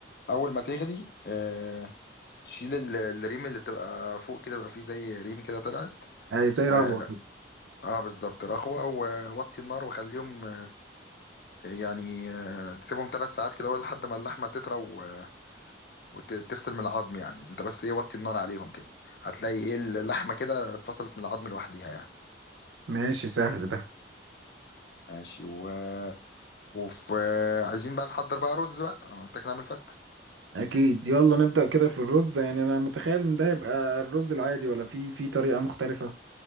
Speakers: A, on the left; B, on the right.
A: اول ما تغلي آه، شيل ال- الريم اللي بتبقى فوق كده بقى فيه زي ريم كده طلعت
B: اي زي
A: و
B: رغوه كده
A: اه بالظبط رخوة ووطي النار وخليهم يعني آه، تسيبهم ثلاث ساعات كده ولا لحد ما اللحمه تطرى و- وتفصل من العظم يعني انت بس ايه وطي النار عليهم كده هتلاقي ايه اللحمه كده اتفصلت من العظم لوحديها يعني
B: ماشي سهل ده
A: ماشي و... وفي عايزين بقى نحضر بقى رز بقى انا قلت لك نعمل فته
B: اكيد يلا نبدا كده في الرز يعني انا متخيل ان ده يبقى الرز العادي ولا في في طريقه مختلفه